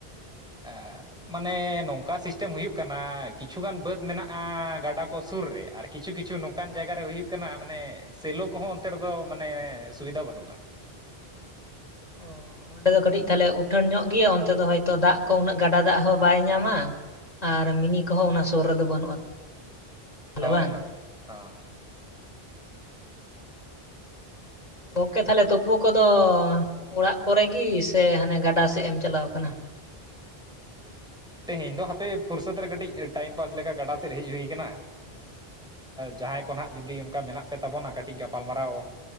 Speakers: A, in the centre; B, on the left.
A: ᱟᱨ ᱢᱟᱱᱮ ᱱᱚᱝᱠᱟ ᱥᱤᱥᱴᱮᱢ ᱦᱩᱭᱩᱜ ᱠᱟᱱᱟ, ᱠᱤᱪᱷᱩᱜᱟᱱ ᱵᱟᱹᱫᱽ ᱢᱮᱱᱟᱜᱼᱟ ᱜᱟᱰᱟ ᱠᱚ ᱥᱩᱨ ᱨᱮ ᱟᱨ ᱠᱤᱪᱷᱩ ᱠᱤᱪᱷᱩ ᱱᱚᱝᱠᱟᱱ ᱡᱟᱭᱜᱟᱨᱮ ᱦᱩᱭᱩᱜ ᱠᱟᱱᱟ ᱢᱟᱱᱮ ᱥᱮᱞᱳ ᱠᱚᱦᱚᱸ ᱚᱱᱛᱮ ᱨᱮᱫᱚ ᱢᱟᱱᱮ ᱥᱩᱵᱤᱫᱷᱟ ᱵᱟᱹᱱᱩᱜᱼᱟ᱾
B: ᱚ ᱚᱸᱰᱮ ᱫᱚ ᱠᱟᱹᱴᱤᱡ ᱛᱟᱦᱚᱞᱮ ᱩᱴᱷᱟᱹᱱ ᱧᱚᱜ ᱜᱮᱭᱟ ᱚᱱᱛᱮ ᱫᱚ ᱦᱚᱭ ᱛᱚ ᱫᱟᱜ ᱠᱚ ᱩᱱᱟᱹᱜ ᱜᱟᱰᱟ ᱫᱟᱜ ᱦᱚᱸ ᱵᱟᱭ ᱧᱟᱢᱟ ᱟᱨ ᱢᱤᱱᱤ ᱠᱚᱦᱚᱸ ᱚᱱᱟ ᱥᱳᱨ ᱨᱮᱫᱚ ᱵᱟᱹᱱᱩᱜᱼᱟ ᱛᱟᱦᱚᱞᱮ
A: ᱦᱳᱭ
B: ᱵᱟᱝ
A: ᱦᱳᱭ ᱦᱚᱸ
B: ᱜᱚᱝᱠᱮ ᱛᱟᱦᱚᱞᱮ ᱛᱳᱯᱳ ᱠᱚᱫᱚ ᱚᱲᱟᱜ ᱠᱚᱨᱮ ᱜᱤ ᱥᱮ ᱦᱟᱱᱮ ᱜᱟᱰᱟ ᱥᱮᱫ ᱮᱢ ᱪᱟᱞᱟᱣ ᱠᱟᱱᱟ
A: ᱛᱮᱦᱮᱧ ᱫᱚ ᱦᱟᱯᱮ ᱯᱷᱩᱨᱥᱚᱛ ᱨᱮ ᱠᱟᱹᱴᱤᱡ ᱴᱟᱭᱤᱢ ᱯᱟᱥ ᱞᱮᱠᱟ ᱜᱟᱰᱟ ᱥᱮᱫ ᱦᱮᱡ ᱦᱩᱭᱩ ᱠᱟᱱᱟ ᱡᱟᱦᱟᱸᱭ ᱠᱚ ᱱᱟᱸᱜ ᱡᱩᱫᱤ ᱚᱱᱠᱟ ᱢᱮᱱᱟᱜ ᱯᱮ ᱛᱟᱵᱚᱱᱟ ᱠᱟᱹᱴᱤᱡ ᱜᱟᱯᱟᱞ ᱢᱟᱨᱟᱣ